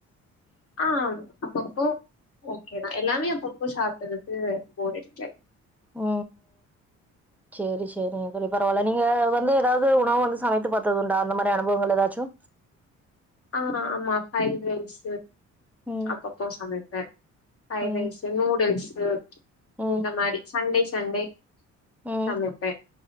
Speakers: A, on the left; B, in the centre.
A: ஆ அப்பப்போ ஓக்கேதா எல்லாமே அப்பப்போ சாப்ட்றதுக்கு போர் அடிக்காது
B: ஓ செரி செரிங்க தோழி பரவால்ல நீங்க வந்து எதாவ்து உணவு வந்து சமைத்து பாத்தது உண்டா அந்த மாரி அனுபவங்கள் எதாச்சும்
A: ஆ ஆமா ப்ரைட் ரைஸ்
B: ம்
A: அப்பப் போ சமப்பே ஃப்ரைட்
B: ம்
A: ரைஸு நூடுல்ஸு
B: ம்
A: இந்த மாரி சன்டே சன்டே
B: ம்
A: சமப்பே